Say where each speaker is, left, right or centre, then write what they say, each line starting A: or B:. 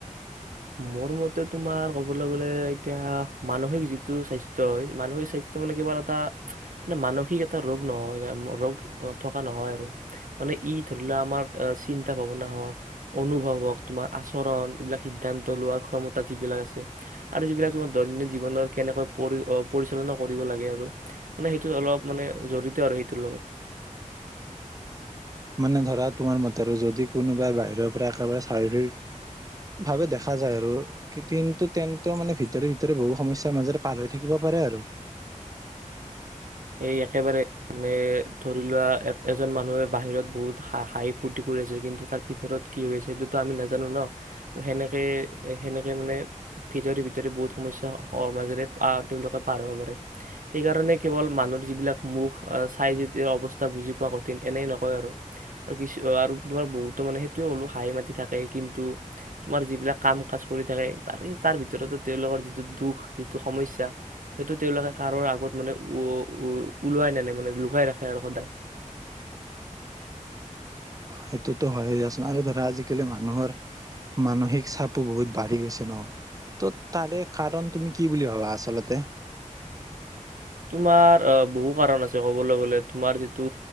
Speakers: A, on the right (about 80°); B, on the right (about 25°).
A: মোৰ মতে তোমাৰ ক'বলৈ গ'লে এতিয়া মানসিক যিটো স্বাস্থ্য মানসিক স্বাস্থ্য মানে কিবা এটাৰ মানে মানসিক এটা ৰোগ নহয় ৰোগ নথকা নহয় আৰু মানে ই ধৰি লোৱা আমাৰ চিন্তা ভাৱনা হওক অনুভৱ হওক তোমাৰ আচৰণ এইবিলাক সি সিদ্ধান্ত লোৱাৰ ক্ষমতা যিবিলাক আছে আৰু যিবিলাক তোমাৰ দৈনন্দিন জীৱনত কেনেকৈ পৰি পৰিচালনা কৰিব লাগে আৰু মানে সেইটো অলপ মানে জড়িত আৰু সেইটোৰ লগত
B: মানে ধৰা তোমাৰ মতে আৰু যদি কোনোবাই বাহিৰৰ পৰা একেবাৰে স্বাভাৱিক ভাৱে দেখা যায় আৰু কিন্তু তেন্তে মানে ভিতৰি ভিতৰি বহু সমস্যাৰ মাজেৰে পাৰ হৈ থাকিব পাৰে আৰু
A: এই একেবাৰে মানে ধৰি লোৱা এজন মানুহে বাহিৰত বহুত হা হাঁহি ফূৰ্তি কৰি আছে কিন্তু তাৰ ভিতৰত কি হৈ আছে সেইটোতো আমি নাজানো ন তো সেনেকে সেনেকে মানে ভিতৰি ভিতৰি বহুত সমস্যা মাজেৰে তেওঁলোকে পাৰ হ'ব পাৰে সেইকাৰণে কেৱল মানুহৰ যিবিলাক মুখ চাই যেতিয়া অৱস্থা বুজি পোৱা কঠিন এনেই নকয় আৰু কিছু আৰু তোমাৰ বহুতো মানে সেইটোৱে কলো হাঁহি মাতি থাকে কিন্তু তোমাৰ যিবিলাক কাম কাজ কৰি থাকে তাৰে তাৰ ভিতৰতো তেওঁলোকৰ যিটো দুখ যিটো সমস্যা সেইটো তেওঁলোকে কাৰোৰে আগত মানে উ ওলোৱাই নানে মানে লুকাই ৰাখে আৰু সদায়
B: সেইটোতো হয়য়ে দিয়াচোন আৰু ধৰা আজিকালি মানুহৰ মানসিক চাপো বহুত বাঢ়ি গৈছে ন ত তাৰে কাৰণ তুমি কি বুলি ভাবা আচলতে
A: তোমাৰ অ বহু কাৰণ আছে ক'বলৈ গলে তোমাৰ যিটো